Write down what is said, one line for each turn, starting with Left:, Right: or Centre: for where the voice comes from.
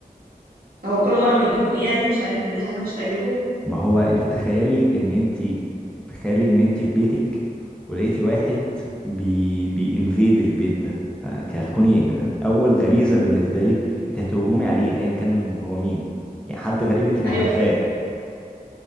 Right: هو كل مره بيدوق يعني مش عارف ان دي حاجه مش تعجبه
Centre: ما هو انت تخيلي ان انت تخيلي ان انت في بيتك ولقيتي واحد بي بينفيد البيت ده فانت هتكوني اول غريزة بالنسبة لك انت هتهجمي عليه ايا كان هو مين يعني حد غريب انت مش
Right: ايوه
Centre: عارفاه
Right: فاهماك